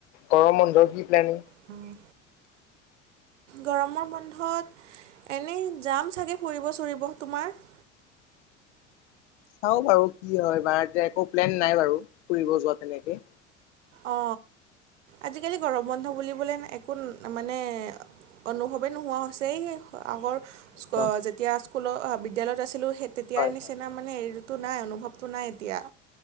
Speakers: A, on the left; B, on the right.
A: গৰম বন্ধৰ কি প্লেন,
B: হয়। গৰমৰ বন্ধত এনেই জাম চাগে ফুৰিব চুৰিব তোমাৰ।
A: চাওঁ বাৰু কি হয়া এতিয়া একো প্লেন নাই বাৰু ফুৰিব যোৱা তেনেকে,
B: অ আজিকালি গৰম বন্ধ বুলিবলৈ একো মানে, অনুভৱেই নোহোৱা হৈছে এই আগৰ,
A: একদম
B: যেতিয়া স্কুলৰ বিদ্যালয়ত আছিলো স তেতিয়াৰ
A: হয়,
B: নিচিনা
A: হয়।
B: মানে। মানে এইটো নাই অনুভৱটো নাই এতিয়া।